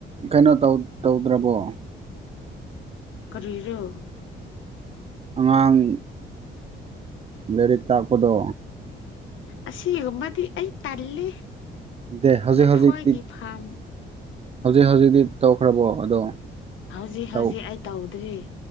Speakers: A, on the right; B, on the left.
A: ꯀꯩꯅꯣ ꯇꯧ ꯇꯧꯗ꯭ꯔꯕꯣ
B: ꯀꯔꯤꯔꯣ
A: ꯑꯉꯥꯡ ꯂꯩꯔꯤꯛ ꯇꯥꯛꯄꯗꯣ
B: ꯑꯁꯤꯒꯨꯝꯕꯗꯤ ꯑꯩ ꯇꯜꯂꯤ
A: ꯗꯦ ꯍꯧꯖꯤꯛ
B: ꯂꯐꯣꯏꯒꯤ
A: ꯍꯧꯖꯤꯛꯇꯤ
B: ꯐꯥꯝ
A: ꯍꯧꯖꯤꯛ ꯍꯧꯖꯤꯛꯇꯤ ꯇꯧꯈ꯭ꯔꯕꯣ ꯑꯗꯣ
B: ꯍꯧꯖꯤꯛ
A: ꯇꯧ
B: ꯍꯧꯖꯤꯛ ꯑꯩ ꯇꯧꯗ꯭ꯔꯤ